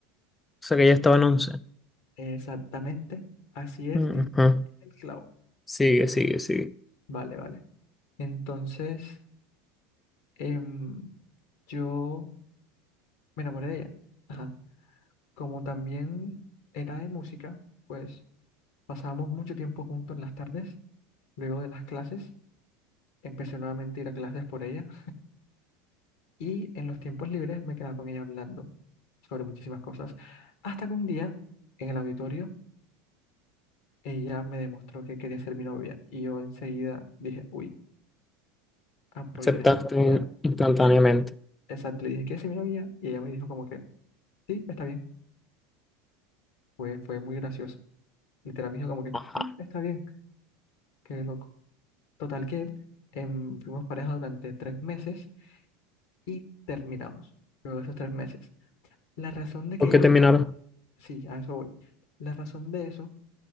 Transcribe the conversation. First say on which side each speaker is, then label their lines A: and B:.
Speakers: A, on the left; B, on the left.
A: O sea, que ya estaba en 11.
B: Exactamente, así es,
A: Ajá.
B: dice el clavo.
A: Sigue, sigue, sigue.
B: Vale, vale. Entonces, em, yo me enamoré de ella. Ajá. Como también era de música, pues pasábamos mucho tiempo juntos en las tardes, luego de las clases. Empecé nuevamente a ir a clases por ella y en los tiempos libres me quedaba con ella hablando sobre muchísimas cosas. Hasta que un día, en el auditorio, ella me demostró que quería ser mi novia y yo enseguida dije, uy, aprovechar
A: Aceptaste
B: esta oportunidad.
A: instantáneamente.
B: Esa- Exacto, le dije, ¿quieres ser mi novia? Y ella me dijo como que, sí, está bien. Fue, fue muy gracioso. Literal me dijo como que,
A: Ajá.
B: sí, está bien, qué loco. Total que em, fuimos pareja durante tres meses y terminamos. Luego de esos tres meses. La razón de
A: ¿Por
B: que ella
A: qué terminaron?
B: Sí, a eso voy. La razón de eso